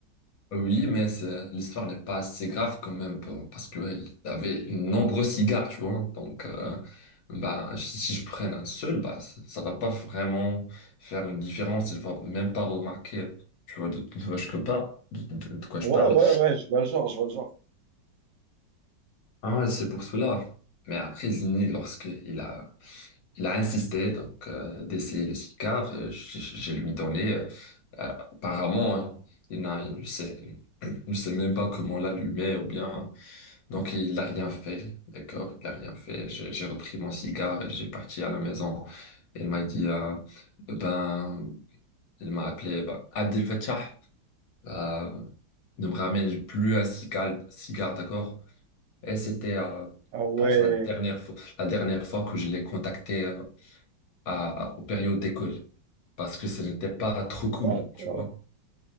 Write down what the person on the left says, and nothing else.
euh, oui, mais c'est- l'histoire n'est pas assez grave quand même pour- parce qu'il avait de nombreux cigares, tu vois. Donc, euh, bah, si, si je prenne un seul, bah, ça, ça va pas vraiment faire une différence. Il va même pas remarquer, tu vois, de, de quoi je parle, de, de- de quoi
je parle.
Ah ouais, c'est pour cela. Mais après, Zini, lorsqu'il a Il a insisté donc euh, d'essayer le cigare. Euh, Je, je- je lui donné. apparemment, hein, il n'a, il ne sait, il ne sait même pas comment l'allumer ou bien. Donc il n'a rien fait. D'accord, il n'a rien fait. J'ai j'ai repris mon cigare et j'ai parti à la maison. Il m'a dit, euh, eh ben, il m'a appelé, eh ben, Abdel Fattah, euh, ne me ramène plus un cigare, cigare, d'accord? Et c'était, euh,
je pense, la dernière fois, la dernière fois que je l'ai contacté. euh, à, à- aux périodes d'école parce que ce n'était pas trop cool,
tu vois.